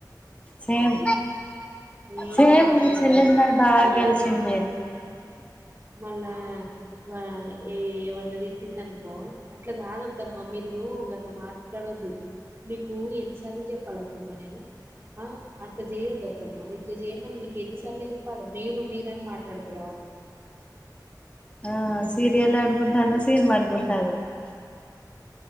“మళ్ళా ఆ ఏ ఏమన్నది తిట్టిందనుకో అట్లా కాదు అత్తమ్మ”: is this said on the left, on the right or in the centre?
Right